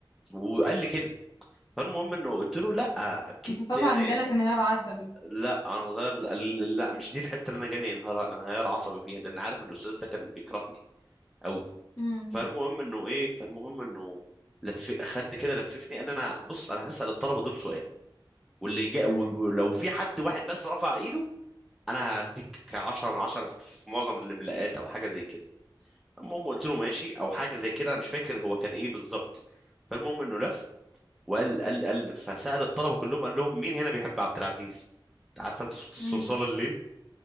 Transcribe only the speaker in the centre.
وقال لي كده فالمهم انه قلت له لا اكيد
يعني
لا انا صغير قال لي لا مش دي الحته اللي انا جالي انهيار انهيار عصبي فيها لان عارف الاستاذ ده كان بيكرهني قوي
فالمهم انه ايه فالمهم انه لف خد كده لففني قال لي انا بص انا هسال الطلبه دول سؤال واللي جاء
ولو في حد واحد بس رفع ايده انا هديك 10 من 10 في معظم الاملاءات او حاجه زي كده المهم قلت له ماشي او حاجه زي كده انا مش فاكر هو كان ايه بالظبط فالمهم انه لف وقال قال قال فسأل الطلبه كلهم قال لهم مين هنا بيحب عبد العزيز انت عارف انت صوت الصرصار
الليل